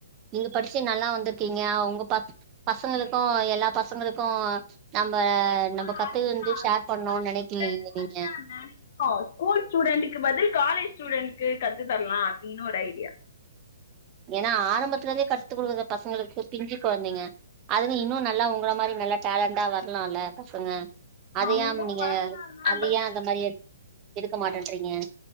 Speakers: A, on the right; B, on the left.
A: நீங்க படிச்சு நல்லா வந்துர்க்கீங்க உங்க ப பசங்களுக்கு எல்லா பசங்களுக்கு ம் நம்ம நம்ம
B: ஆ
A: கத்துகின்து
B: அதுதா
A: ஷேர்
B: ஸ்கூல்
A: பண்ணு நெனைக்கிலயே
B: ஸ்டூடெண்ட்
A: நீங்க
B: <inaudible> ஸ்கூல் ஸ்டூடென்ட்டுக்கு பதில் காலேஜ் ஸ்டூடன்க்கு கத்து தரலா அப்டினு ஒரு ஐடியா
A: ஏனா ஆரம்பத்துலர்ந்தே கத்து குடுக்கற பசங்களுக்கு பிஞ்சு கொழந்தைங்க அதுங்க இன்னு நல்லா உங்கள மாரி நல்லா டேலண்டா வர்லால்ல பசங்க அத
B: நானந்தா
A: ஏம் நீங்க
B: வரலாந்தா
A: அத
B: பட்
A: ஏ அந்த மாரி எட் எடுக்க மாட்டன்றீங்க